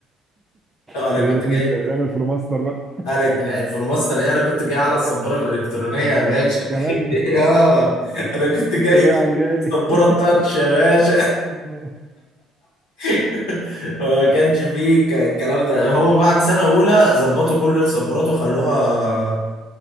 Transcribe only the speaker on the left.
<laughs> أنا
كنت جاي
أنا لا في الماستر إيه أنا كنت جاي على السبورة الإلكترونية يا باشا
<laughs> اه أنا
كنت جاي
السبورة
التاتش يا باشا
<laughs> ما كانش فيه ك- الكلام ده هما بعد سنة أولى ظبطوا كل السبورات وخلوها